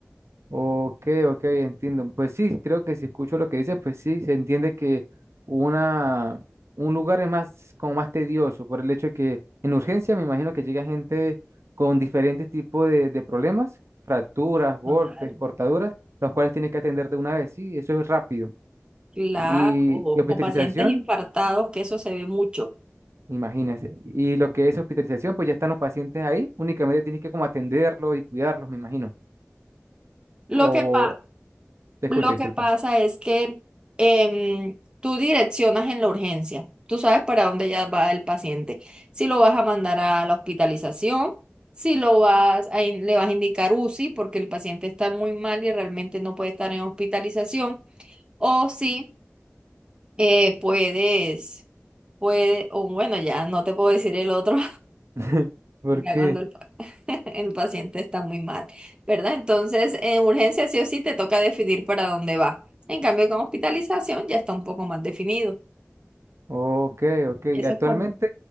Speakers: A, on the right; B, on the right.
A: Ok, ok, entiendo. Pues sí, creo que si escucho lo que dices, pues sí, se entiende que una, un lugar es más, como más tedioso, por el hecho de que en urgencia me imagino que llega gente con diferentes tipos de, de problemas, fracturas, golpes,
B: Total.
A: cortaduras, los cuales tiene que atender de una vez, sí, eso es rápido.
B: Claro,
A: Y,
B: o
A: y hospitalización.
B: o pacientes infartados, que eso se ve mucho.
A: Imagínense. Y lo que es hospitalización, pues ya están los pacientes ahí, únicamente tienes que como atenderlos y cuidarlos, me imagino.
B: Lo
A: O
B: que pasa
A: te escucho,
B: Lo
A: disculpa.
B: que pasa es que em, tú direccionas en la urgencia. Tú sabes para dónde ya va el paciente. Si lo vas a mandar a la hospitalización, si lo vas a in- le vas a indicar UCI porque el paciente está muy mal y realmente no puede estar en hospitalización, o si eh, puedes, puede, o bueno, ya no te puedo decir el otro,
A: <laughs>
B: <laughs>
A: ¿Por
B: ya
A: qué?
B: cuando el el paciente está muy mal, ¿verdad? Entonces, en urgencia sí o sí te toca definir para dónde va. En cambio, con hospitalización ya está un poco más definido.
A: Ok, ok. Y
B: Eso
A: Actualmente
B: es como,